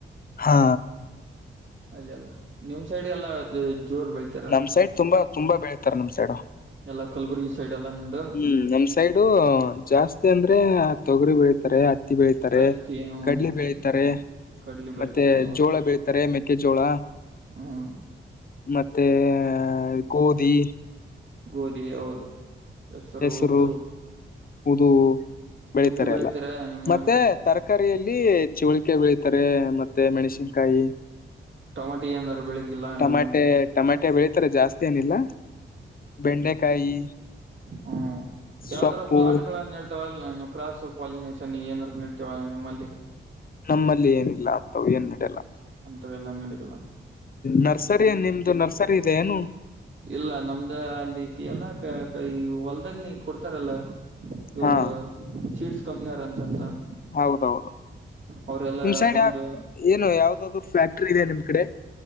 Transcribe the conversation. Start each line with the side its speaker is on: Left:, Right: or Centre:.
Left: ಹಾ
Right: ಅಲ್ಲೆಲ್ಲ ನಿಮ್ ಸೈಡೇಲ್ಲ ಜೊ ಜೋರ್ ಬೆಳ್ತ
Left: ನಮ್ ಸೈಡ್ ತುಂಬಾ ತುಂಬಾ ಬೆಳತಾರೆ ನಮ್ ಸೈಡ್
Right: ಎಲ್ಲಾ ಕಲ್ಬುರ್ಗಿ ಸೈಡೇಲ್ಲ ನಿಮ್ದು
Left: ಹ್ಮು ನಮ್ ಸೈಡು ಜಾಸ್ತಿ ಅಂದ್ರೆ ತೊಗರಿ ಬೆಳಿತಾರೆ ಹತ್ತಿ ಬೆಳಿತಾರೆ
Right: ಹತ್ತಿ ಹ್ಮ್
Left: ಕಡ್ಲೆ ಬೆಳಿತಾರೆ
Right: ಕಡ್ಲಿ ಬೆಳಿತಾರ
Left: ಮತ್ತೆ
Right: ಹೌದು
Left: ಜೋಳ ಬೆಳಿತಾರೆ ಮೆಕ್ಕೆಜೋಳ
Right: ಹ್ಮ್
Left: ಮತ್ತೇ ಗೋಧಿ
Right: ಗೋಧಿ ಹೌದು ಹೆಸರು
Left: ಹೆಸ್ರು
Right: ಉದ್ದು
Left: ಉದೂ ಬೆಳಿತಾರೆಲ್ಲ
Right: ಉದ್ದು ಬೆಳಿತಾರ ನಿಮ್ಮಲ್ಲಿ
Left: ಮತ್ತೆ ತರ್ಕಾರಿಯಲ್ಲಿ ಚುವ್ಳಿಕೆ ಬೆಳಿತಾರೆ ಮತ್ತೆ ಮೆಣಸಿನ್ಕಾಯಿ
Right: ಹ್ಮ್ ಟೊಮಾಟಿ ಏನಾರ ಬೆಳಗಿಲ್ಲ
Left: ಟಮಟೆ
Right: ನಮ್ಮಲ್ಲಿ
Left: ಟಮಟೆ ಬೆಳಿತಾರೆ ಜಾಸ್ತಿ ಏನಿಲ್ಲ ಬೆಂಡೆಕಾಯಿ
Right: ಹ್ಮಾ ಯಾವ್ದಾದ್ರು
Left: ಸೊಪ್ಪು
Right: ಪ್ಲಾಟುಗಳುನ್ <unintelligible> ನಿಮ್ ಕ್ರಾಸು ಪಾಲಿನೇಷನ್ ಏನಾರು ನಡಿತವಾ ನಮ್ಮಲ್ಲಿ
Left: ನಮ್ಮಲ್ಲಿ ಏನಿಲ್ಲ ಅಂತವು ಏನ್ ನಡೆಯಲ್ಲ
Right: ಅಂತವೆಲ್ಲ ನಡಿಯಲ್ಲ
Left: ನರ್ಸರಿನ್ ನಿಮ್ದು ನರ್ಸರಿ ಇದೆ ಏನು
Right: ಇಲ್ಲ ನಮ್ದು ಅಲ್ಲಿ ಕೆಲ್ನಾಕ ಈ ಹೊಲದಲ್ಲಿ ನೀ ಕೊಡ್ತಾರಲ್ಲ ಇವ್ರು
Left: ಹಾ
Right: ಸೀಟ್ಸ್ ಕಂಪ್ನಿಯರ್ ಅಂತಂತನ್
Left: ಹೌದೌದು
Right: ಅವ್ರೆಲ್ಲ
Left: ನಿಮ್ ಸೈಡ್
Right: ಬಂದು
Left: ಏನು ಯಾವ್ದಾದ್ರು ಫ್ಯಾಕ್ಟ್ರಿ ಇದೆ ನಿಮ್ ಕಡೆ